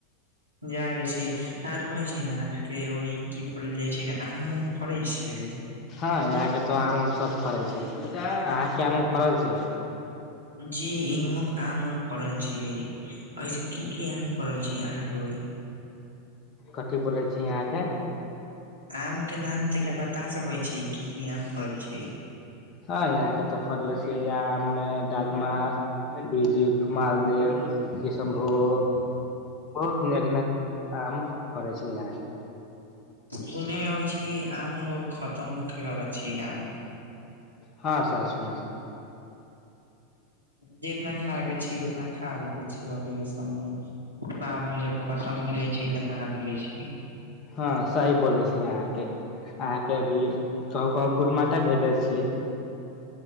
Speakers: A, on the right (about 85°); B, on the left (about 35°).
A: जा द छीर कहै छी ने अहाँकेँ ओ ई कि ब जाइ छी ने हमम करै छी ओहि।
B: हँ यहाँके तो आम मे सब फड़े छै अहाँके आम फड़ल छै।
A: जी आम उम फड़ल छीियै ऐसे कि कि आम फड़ल छी अहाँकेँ उड़ी।
B: कथी बोलै छी यहाँकेँ
A: आम के नाम त बता सकैत छी कि कि आम फल छै।
B: हँ यहाँ के तऽ फड़ले छ आम मे डालमा। बीज कऽ मालदीप किशनभोग। बहुत नाक नाक आम फड़ै छै यहा के।
A: सुनेमे होई छी आम खतम होखबार छी आम।
B: ह सही सुने छी।
A: जितना खाय के छी उतना खा दे छै अभी के समय बाद मे जब। कसम जाई छै तऽ नहि मिलै छै।
B: हँ सही बोलै छी अहाँकेँ। अहाँकेँ अभी कहू कहू कुट म भेजल छियै।